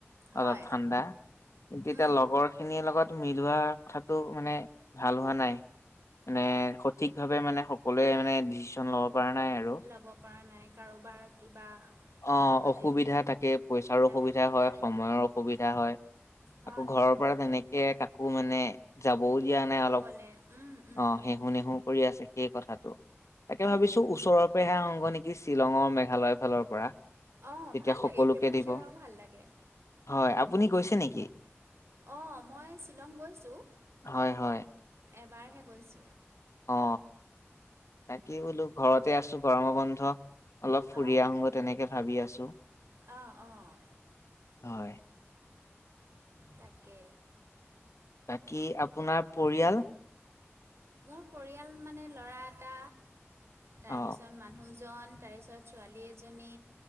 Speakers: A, on the right; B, on the left.
A: হয়।
B: অলপ ঠাণ্ডা কিন্তু এতিয়া
A: উম।
B: লগৰ খিনিৰ লগত মিলোৱা কথাটো মানে ভাল হোৱা নাই মানে
A: হয়।
B: সঠিকভাৱে মানে সকলোৱে মানে ডিচিশন লওক পৰা নাই আৰু
A: ল'ব পৰা নাই কাৰোবাৰ কিবা
B: অ
A: মানে
B: অসুবিধা থাকে পইচাৰো অসুবিধা
A: থাকিব
B: হয়
A: পাৰে।
B: সময়ৰ অসুবিধা হয়
A: হয়,
B: আকৌ ঘৰৰ
A: হয়,
B: পৰা
A: হয়।
B: তেনেকে কাকো মানে যাবও দিয়া নাই
A: অকলে
B: অলপ
A: উম, উম,
B: অ হেহু নেহু কৰি আছে সেই কথাটো তাকে
A: উম,
B: ভাবিছো ওচৰৰ পেহে সংগ নেকি শ্বিলঙৰ মেঘালয়ৰ ফালৰ পৰা
A: অ
B: তেতিয়া
A: ভাল
B: সকলোকে
A: লাগে সেইবোৰ
B: দিব
A: জেগাও ভাল লাগে
B: হয় আপুনি গৈছে নেকি
A: অ মই শ্বিলং গৈছোঁ
B: হয় হয়
A: এবাৰহে গৈছোঁ
B: অ তাকেই বোলো ঘৰতে আছোঁ গৰম বন্ধ অলপ ফুৰি
A: অ'।
B: আহোঁগ তেনেকে ভাবি আছোঁ
A: অ', অ'
B: হয়
A: তাকে
B: বাকী আপোনাৰ পৰিয়াল
A: মোৰ পৰিয়াল মানে ল'ৰা এটা তাৰপিছত
B: অ
A: মানুহজন তাৰপিছত ছোৱালী এজনী